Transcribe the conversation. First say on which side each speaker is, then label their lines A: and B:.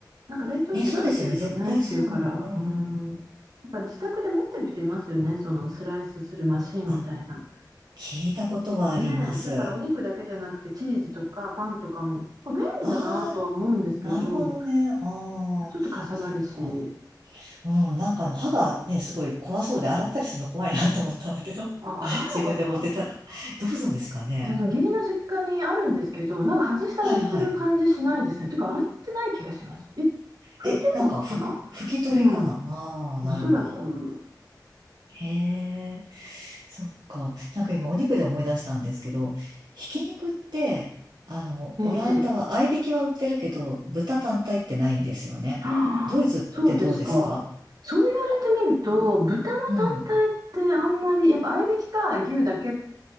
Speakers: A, on the right; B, on the right.
A: なんか冷凍してから切るとねっていうから、
B: ん、ね、そうですよね。絶対そう思う。うん。
A: うん。やっぱ自宅で持ってる人いますよね、そのスライスするマシンみたいな。
B: あ、聞いたことはあります。
A: ねえ、だからお肉だけじゃなくてチーズとかパンとかも、なんか便利だなとは思うんですけど、
B: ああ、なるほどね。ああ、
A: ちょっとかさばるし、
B: そっか。うん、なんかあの、歯がね、すごい怖そうで、洗ったりするの怖いなと思ったんだけど、
A: あ、
B: <laughs>
A: 洗うのかな
B: 自分で持ってたら。どうするんですかね。
A: いや、その義理の実家にあるんですけど、なんか外して洗ってる感じしないですね。
B: はいはい。
A: てか洗ってない気がします。え、拭いてるのかなうん、
B: え、なんか、ふ、拭き取りかなああなるほど。
A: おそらく。
B: へえ、そっか。なんか今、お肉で思い出したんですけど、ひき肉って、あの、
A: ええ
B: オランダは、合いびきは売ってるけど、豚単体ってないんですよね。
A: はあ
B: ドイツってどうですか
A: <gasps> そうですか。そう言われてみると、豚の単体ってあんまり、
B: うん。
A: やっぱ合いびきか牛だけっ